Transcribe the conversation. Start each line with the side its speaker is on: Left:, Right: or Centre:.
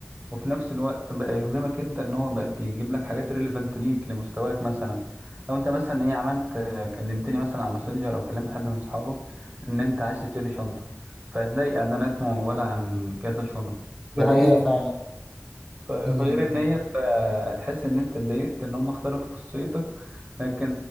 Right: وفي نفس الوقت بقى يخدمك انت ان هو بقى يجيب لك حاجات ريليفنت ليك لمستواك مثلا لو انت مثلا ايه عملت آه، كلمتني مثلا على ماسنجر او كلمت حد من اصحابك ان انت عايز تشتري شنطه فهتلاقي اعلانات مموله عن كذا شنط
Centre: دي
Right: فدي
Centre: حقيقة فعلا.
Right: ف- فغير
Centre: مم.
Right: ان هي ف- تحس ان انت اتضايقت ان هم اختاروا خصوصيتك لكن